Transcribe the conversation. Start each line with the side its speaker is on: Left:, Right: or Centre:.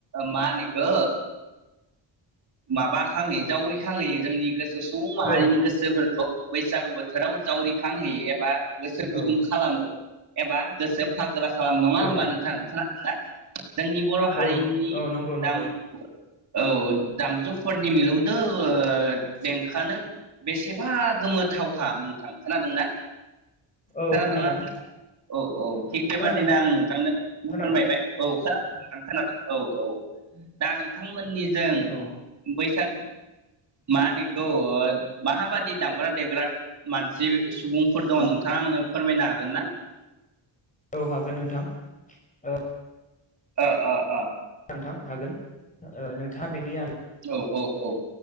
Right: मा होनो इखो माबा खांहोयो जावरिखांहोयो जोंनि गोसो सुबुं माहारिनि
Left: औ
Right: गोसोफोरखौ बैसागु बोथोराव जावरिखां होयो एबा गोसो गुदुं
Left: औ
Right: खालामो। एबा गोसो फागोला खालामो नङा
Left: औ
Right: होमबा नोंथां खो <unintelligible> जोंनि बर' हारिमुनि
Left: औ औ नंगौ नंगौ
Right: दाम औ दामजुफोरनि मिलौ दो ओ देंखोआनो बेसेबा गोमोथावखा नोंथां खोनादोंना?
Left: औ
Right: खोनादोंना
Left: खोनादों
Right: नोंथां? औ औ थिग बेबादिनो
Left: खोनादों
Right: आं नोंथांनोनो बिखौनो
Left: खोनादों
Right: फोरमायबाय। औ खोनदों नोंथां खोनादों औ औ। दा नोंथांमोननिजों
Left: औ
Right: बैसाग मानो इखौ माहाबादि दामग्रा देग्रा मानसि सुबुंफोर दंङ नोंथाङा आंनो फोरमायनो हागोन ना?
Left: औ हागोन नोंथां ओ
Right: ओ ओ ओ
Left: नोथां हागोन ओ नोंथाङा बेनि आ
Right: औ औ औ